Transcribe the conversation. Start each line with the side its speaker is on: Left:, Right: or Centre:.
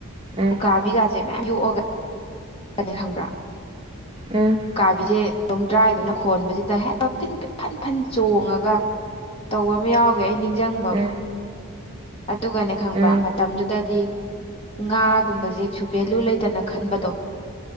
Right: ꯎꯝ
Left: ꯎꯀꯥꯕꯤꯒꯥꯖꯦ ꯃꯌꯥꯝ ꯌꯣꯛꯑꯒꯅꯦ ꯈꯪꯕ꯭ꯔꯥ
Right: ꯎꯝ
Left: ꯀꯥꯕꯤꯁꯦ ꯂꯣꯡꯗ꯭ꯔꯥꯏꯗꯨꯅ ꯈꯣꯟꯕꯁꯤꯗ ꯍꯦꯛꯇ ꯐꯤꯗꯤꯡ ꯐꯟ ꯐꯟ ꯆꯣꯡꯉꯒ ꯇꯧꯕ ꯑꯝ ꯌꯥꯎꯒꯦ ꯑꯩ ꯅꯤꯡꯖꯪꯕ
Right: ꯎꯝ ꯎꯝ
Left: ꯑꯃ ꯑꯗꯨꯒꯅꯦ ꯈꯪꯕ꯭ꯔ
Right: ꯎꯝ ꯎꯝ
Left: ꯃꯇꯝꯗꯨꯗꯗꯤ ꯉꯥꯒꯨꯝꯕꯖꯤ ꯀꯩꯁꯨ ꯚꯦꯂꯨ ꯂꯩꯇꯅ ꯈꯟꯕꯗꯣ